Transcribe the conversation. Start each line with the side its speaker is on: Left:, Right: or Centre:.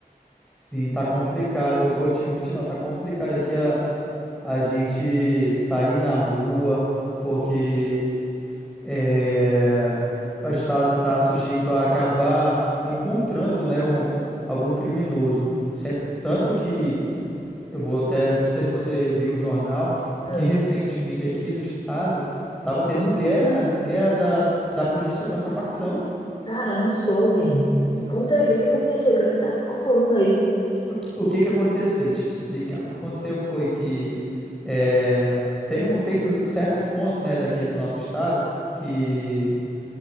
Centre: Sim, tá complicado. Eu vou te mentir, não, tá complicado aqui a, a gente sair na rua, porque é, a gente tá, tá sujeito a acabar encontrando, né, um- algum criminoso. Se- Tanto que eu vou até, não sei se você viu o jornal,
Left: Hum.
Centre: que recentemente aqui no estado tava tendo guerra, guerra da, da polícia contra a facção.
Left: Cara, não soube. Me conta aí o que que aconteceu, o que que tá colando aí?
Centre: O que, o que que aconteceu? Deixa eu te explicar. O que aconteceu foi que é, tem, um, tem certos pontos, né, daqui do nosso estado, que